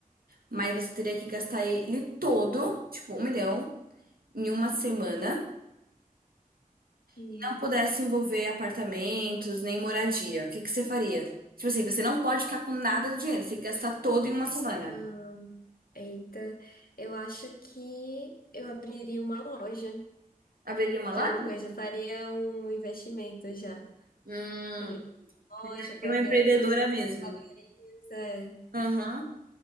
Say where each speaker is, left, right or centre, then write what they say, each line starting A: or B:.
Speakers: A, on the right (about 75°); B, on the left (about 75°).
A: mas você teria que gastar ele todo, tipo, um milhão, em uma semana,
B: Hum.
A: e não pudesse envolver apartamentos nem moradia. O que que você faria? Tipo assim, você não pode ficar com nada do dinheiro, você tem que gastar todo em uma semana.
B: Ah, eita, eu acho que eu abriria uma loja
A: Abriria uma loja?
B: de alguma coisa. Faria um investimento já.
A: Hum,
B: Abriria uma
A: seria
B: loja, colocaria
A: uma empreendedora
B: todas as
A: mesmo.
B: mercadorias, é.
A: Aham.